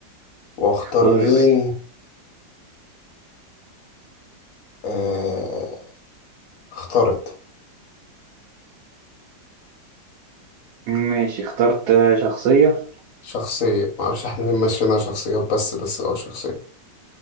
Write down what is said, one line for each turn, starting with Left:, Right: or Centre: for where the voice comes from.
Left: واختار
Right: اختار
Left: مين
Right: يا باشا
Left: آه اخترت
Right: ماشي اخترت آه، شخصية
Left: شخصية معرفش احنا ليه ماشيينها شخصيات بس بس اه شخصية